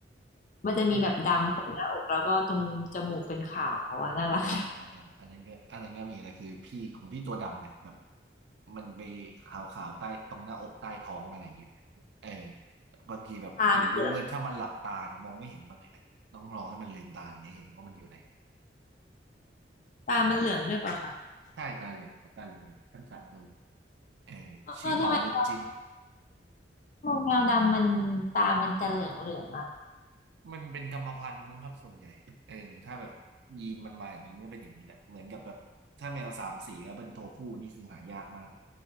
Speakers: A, on the left; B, on the right.
A: มันจะมีแบบดำขนหน้าอกแล้วก็ตรงจมูกเป็นขาวอ่ะน่ารัก
B: อืมอ่าอ่าอ่าอันนั้นก็อันนั้นก็มีแต่คือพี่ของพี่ตัวดำเนี่ยแบบมันไปขาวๆใต้ตรงหน้าอกใต้ท้องอะไรอย่างเงี้ยเออบางทีแบบอยู่มืดๆถ้ามันหลับตาเนี่ยมองไม่เห็นมันเลยนะต้องรอให้มันลืมตาอย่างเงี้ยเห็นว่ามันอยู่ไหน
A: <laughs> ตามัน ตามันเหลืองด้วยเปล่าคะ
B: ใช่ตาเหลืองครับตาเหลืองทั้งสามตัวเลยเออชื่อเปาบุญจิน
A: เออทำไมแมวแมวดำมันตามันจะเหลืองเหลืองอ่ะ
B: มันเป็นกรรมพันธุ์มั้งครับส่วนใหญ่เออถ้าแบบยีนมันมาอย่างนี้มันก็เป็นอย่างนี้แหละเหมือนกับแบบถ้าแมวสามสีแล้วเป็นตัวผู้นี่คือหายากมาก